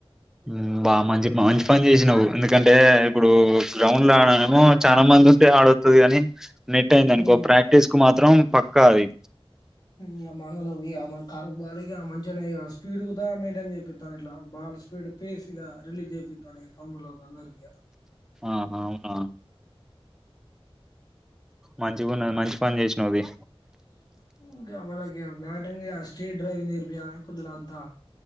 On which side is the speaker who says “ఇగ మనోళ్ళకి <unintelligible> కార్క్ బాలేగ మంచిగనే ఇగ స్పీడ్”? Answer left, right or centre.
Left